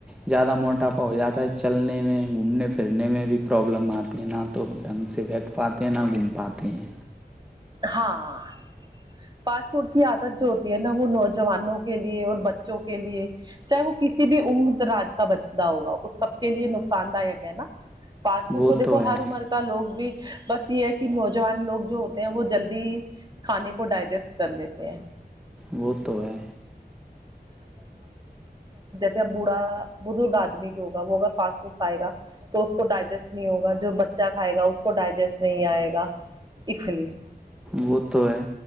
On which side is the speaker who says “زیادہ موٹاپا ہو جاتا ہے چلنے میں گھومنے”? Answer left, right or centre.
Centre